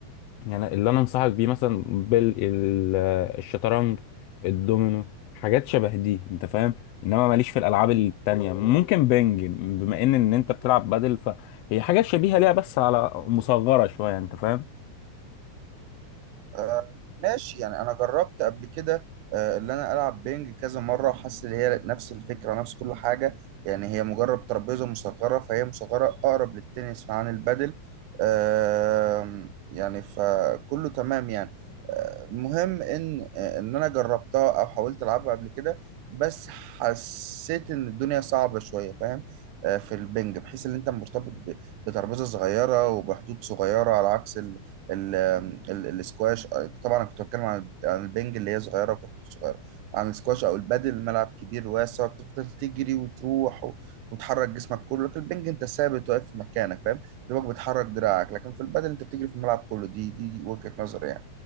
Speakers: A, on the left; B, on the right.
A: يعني اللي أنا أنصحك بيه مثلا بالشطرنج الدومينو حاجات شبه دي أنت فاهم انما ماليش في الالعاب التانية ممكن بنج بما ان ان انت بتلعب بدل فهي حاجات شبيهة ليها بس على مصغرة شوية انت فاهم
B: آه، ماشي يعني انا جربت قبل كده آه، اللي انا العب بينج كذا مره وحاسس ان هي نفس الفكره نفس كل حاجه يعني هي مجرد ترابيزه مصغره فهي مصغره اقرب للتنس عن البادل آم، يعني فكله تمام يعني آه، مهم ان آه، ان انا جربتها او حاولت العبها قبل كده بس حسيت ان الدنيا صعبه شويه فاهم آه، في البنج بحيث ان انت مرتبط ب- بترابيزه صغيره وبحدود صغيره على عكس ال- ال- السكواش طبعا انا كنت بتكلم عن عن البنج اللي هي صغيره وكحه صغيره عن السكواش او البادل الملعب كبير واسع بتفضل تجري وتروح و- وتحرك جسمك كله لكن البنج انت ثابت واقف في مكانك فاهم دماغك بتحرك دراعك لكن في البادل انت بتجري في الملعب كله دي دي وجهه نظري يعني